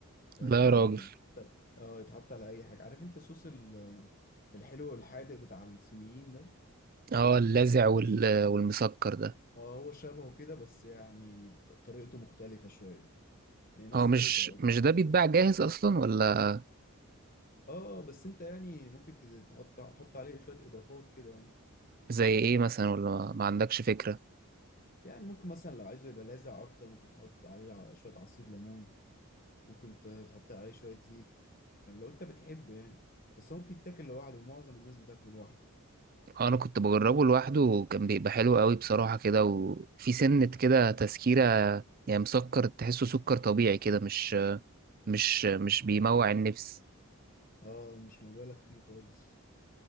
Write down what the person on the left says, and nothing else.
فاهم
يعني
يتحط- اه يتحط على أي حاجة عارف أنت الصوص ال- الحلو والحادق بتاع الصينيين ده
اه هو شبهه كده بس يعني ط- طريقته مختلفة شوية يعني نفس
الفكرة
قصدي
اه بس انت يعني ممكن تز- تحط تحط عليه شوية اضافات كده يعني
يعني ممكن مثلا لو عايزه يبقى لاذع اكتر ممكن تحط عليه ع- شوية عصير ليمون ممكن ت- تحط عليه شوية زيت فاهم لو انت بتحب يعني بس هو ممكن يتاكل لوحده ومعظم الناس بتاكله لوحده
اه مش مبالغ فيه خالص